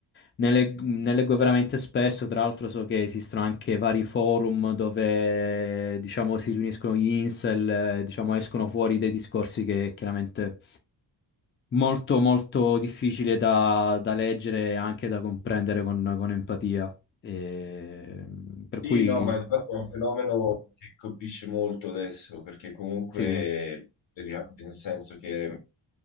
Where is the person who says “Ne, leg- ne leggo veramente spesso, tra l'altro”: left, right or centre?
Left